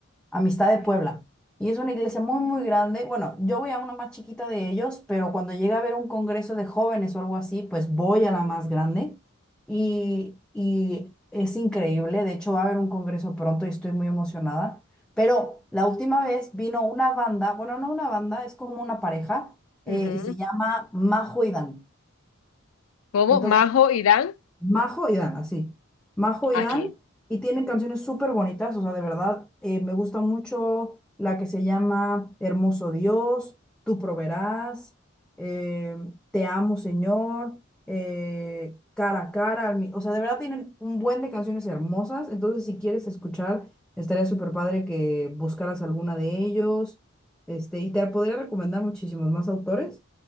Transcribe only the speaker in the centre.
Amistad de Puebla. Y es una iglesia muy, muy grande. Bueno, yo voy a una más chiquita de ellos, pero cuando llega a haber un congreso de jóvenes o algo así, pues voy a la más grande. Y, y es increíble. De hecho, va a haber un congreso pronto y estoy muy emocionada. Pero la última vez vino una banda, bueno, no una banda, es como una pareja, eh,
y se llama Majo y Dan.
Entonces
Majo y Dan, así. Majo
y Dan, y tienen canciones súper bonitas, o sea, de verdad, eh, me gusta mucho la que se llama Hermoso Dios, Tú proveerás, eh, Te amo Señor, eh, Cara a Cara, al mi- o sea, de verdad tienen un buen de canciones hermosas, entonces si quieres escuchar, estaría súper padre que buscaras alguna de ellos, este, y te podría recomendar muchísimos más autores,